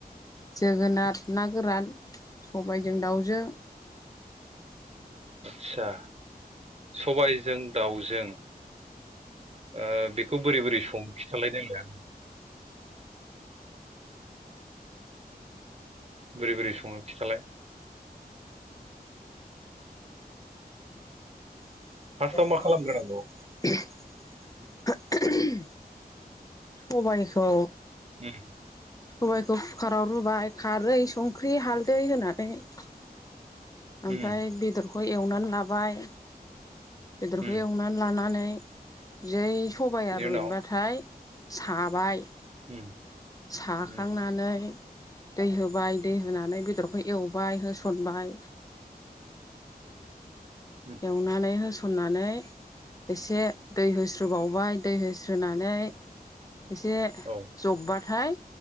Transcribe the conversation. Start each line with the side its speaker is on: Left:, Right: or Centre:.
Left: जोगोनात ना गोरान । सबायजों दाउजों ।
Right: आतसा सबायजों दाउजों । ओ बेखौ बोरै बोरै संङो खिथालाय जोंनिया । बोरै बोरै सङो खिथालाय ।
Left: <unintelligible>
Right: फार्स्टआव मा खालामग्रोनांगौ?
Left: सबायखौ
Right: उम
Left: सबायखौ कुकाराव रुबाय, खारै, संख्रि, हालदै होनानै । ओमफ्राय
Right: उम
Left: बेदरखौ एवनानै लाबाय बेदरखौ
Right: उम
Left: एवनानै लानानै । जै सबाया
Right: बिनि
Left: रुइबाथाय
Right: उनाव
Left: साबाय
Right: उम
Left: साखांनानै
Right: उम
Left: दै होबाय दै होनानै बेदरखौ एवबाय होसनबाय
Right: उम
Left: एवनानै होसनानै । एसे दै होस्रोबावबाय दै होस्रोनानै एसे
Right: औ
Left: जब्बा थाय